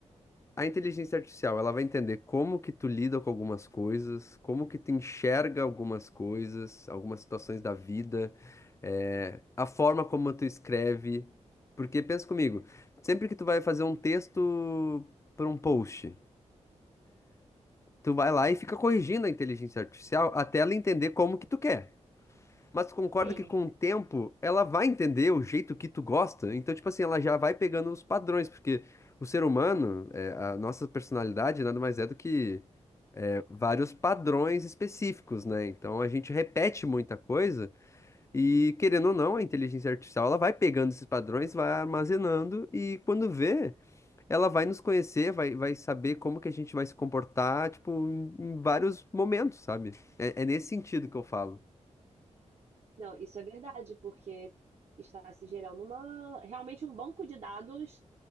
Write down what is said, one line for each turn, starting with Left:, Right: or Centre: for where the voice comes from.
Left: A inteligência artificial, ela vai entender como que tu lida com algumas coisas, como que tu enxerga algumas coisas, algumas situações da vida, eh, a forma como tu escreve. Porque pensa comigo, sempre que tu vai fazer um texto para um post, tu vai lá e fica corrigindo a inteligência artificial até ela entender como que tu quer. Mas tu concorda
Right: Sim,
Left: que com o tempo ela vai entender o jeito que tu gosta? Então, tipo assim, ela já vai pegando os padrões, porque o ser humano, é, a nossa personalidade nada mais é do que é, vários padrões específicos, né? Então a gente repete muita coisa e, querendo ou não, a inteligência artificial ela vai pegando esses padrões, vai armazenando e quando vê, ela vai nos conhecer, vai, vai saber como que a gente vai se comportar, tipo, em, em vários momentos, sabe? É, é nesse sentido que eu falo.
Right: não, isso é verdade, porque está se gerando uma realmente um banco de dados